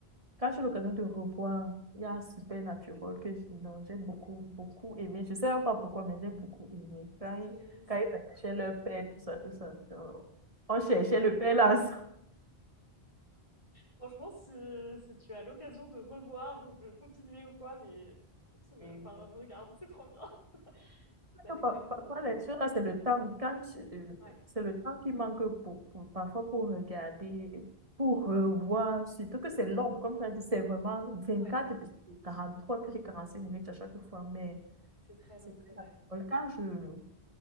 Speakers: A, on the right; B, on the left.
A: Quand j'ai l'occasion de revoir, il y a Supernatural que j- non, j'ai beaucoup, beaucoup aimé. Je sais même pas pourquoi, mais j'ai beaucoup aimé. Quand ils,
B: Mais c'est
A: quand ils attachaient
B: très, très
A: leur père, tout ça, tout ça. euh, On cherchait le père là. ça.
B: Franchement, si, si tu as l'occasion de revoir ou de continuer ou quoi, mais continue,
A: Oui,
B: enfin,
A: oui, oui.
B: regarde, c'est trop bien. <laughs>
A: Parce
B: Ça allait
A: que
B: vraiment
A: par- Parfois,
B: bien.
A: les choses là, c'est le temps. Quand tu- euh,
B: Ouais,
A: c'est le temps qui manque pour, pour- parfois pour regarder, pour revoir, surtout que c'est long. Comme tu as dit, c'est vraiment 24
B: ouais,
A: épisodes, trois puis 45 minutes à chaque fois. Mais
B: c'est très
A: c'est
B: long, c'est
A: très
B: vrai.
A: naturel. quand je,